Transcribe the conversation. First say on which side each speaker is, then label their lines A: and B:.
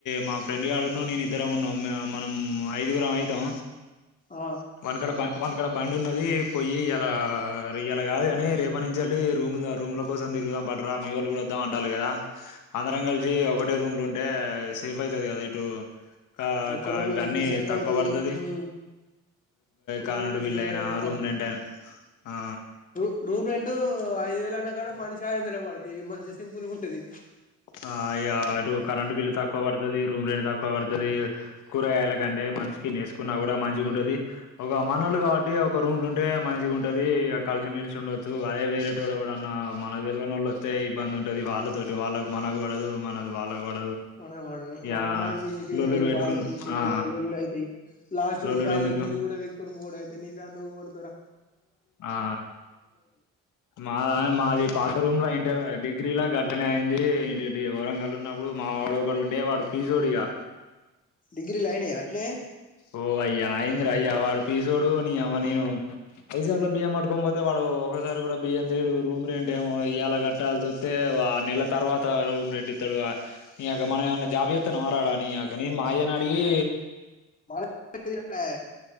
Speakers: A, on the left; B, on the left.
A: మా ఫ్రెండ్ గాడున్నం నేను ఇద్దరం వున్నం మనం అయిదుగురం అయితం
B: ఆ
A: వాని కాడ బ వాని కాడ బండి ఉన్నది పోయి ఇయాలా ఇయాలా కాదు కాని రేపటి నుంచి వెళ్ళీ రూమ్ రూమ్ల కోసం తిరుగుదాం ప మీ వాళ్ళు కూడా వద్దాం అంటాలు కదా అందరం కలిసి ఒకటే రూమ్లు ఉంటే సేఫ్ అయితుది కదా ఇటు కా
B: ఒక్క
A: కా
B: రూమ్ లో
A: ఇవన్నీ
B: ఉంటే సేఫ్
A: తక్కువ
B: అయితది
A: పడుతుది
B: మ్మ్ ఒక
A: కరెంట్
B: రూమ్ ఉంటే
A: బిల్
B: సేఫ్
A: అయినా
B: అయితది
A: ఆ రూమ్
B: మళ్
A: రెంట్ అయినా ఆ
B: రూ రూమ్ రెండు ఐదు వేలు అన్నా కాడ మనిషి చాయందుల వాడుతు మంచి సింపుల్ ఉంటది <unintelligible>
A: ఆ ఇగ అటు కరెంటు బిల్లు తక్కువ పడుతది రూమ్ రెంట్ తక్కువ పడుతది కూరగాయాల కంటే మనషికి ఇన్ని ఏసుకున్నా కూడా మంచిగా ఉంటది ఒక మనోల్లు కాబట్టి ఒక రూమ్లు ఉంటే మంచిగా ఉంటది ఇక కలిసి మెలిసి ఉండొచ్చదు అదే వేరేటోడు ఎవరన్నా మనకు తెలివని వొళ్ళు వస్తే ఇబ్బంది ఉంటది వాళ్ళతోటి వాళ్ళకు మనక పడదు మనది వాళ్ళకు పడదు
B: మన వాడ
A: ఇగ
B: మనం మనం చేసే సీటలు
A: లొల్లులు పెట్టుకును
B: వాళ్ళు చేసే సూటలు
A: ఆ
B: లోల్లిలైతయ్ లాస్టుకు
A: లొల్లులు
B: ఫ్యామ్
A: ఎందుకు
B: గీలుడ పీక్కొన్ బోడాయితే ని ఫ్యాన్ నువ్ వట్కార
A: ఆ మాయ్ మాయి పాత రూమ్లా ఇన్ డిగ్రీ లా గట్లానే అయింది ఏంటి బి వరంగల్ ల ఉన్నప్పుడు మా వోడు ఒకడు ఉండే వాడు పీజీ ఓడిగా
B: డిగ్రీ లైనై అట్నే
A: ఓ అయ్యా అయింద్రయ్యా వాడు పీసోడు నీఅవ్వ నేను ఐసార్లో బియ్యం పట్టుకోని పోతే వాడు ఒకసారి కూడా బియ్యం తేడు రూమ్ రెంట్ ఏమో ఇయ్యాల కట్టాల్స్ ఒత్తె ఓ ఆర్ నెల్ల తర్వాత రూమ్ రెంట్ ఇత్త వా నీ అక్క మన ఎమన్నా జాబ్ చేత్తన్నమారా ఆడ నీ అక్క నేన్ మా అయ్యనడిగీ
B: మన <inaudible> హినమయే